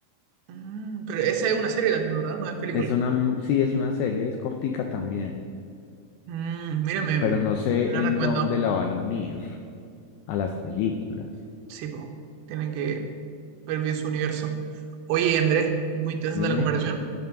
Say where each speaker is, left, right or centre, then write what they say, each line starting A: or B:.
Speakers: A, on the right; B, on the left.
A: Mm, pero esa es una
B: Eh,
A: serie también, ¿verdad? No es película.
B: Es una, m- sí, es una serie, es cortica también,
A: Mm, mira, me,
B: pero
A: me
B: no sé
A: la han
B: en
A: recomendado.
B: dónde la van a unir a las películas.
A: Sí, pues, tienen que ver bien su universo. Oye, Andrés, muy interesante
B: Dime,
A: la comparación,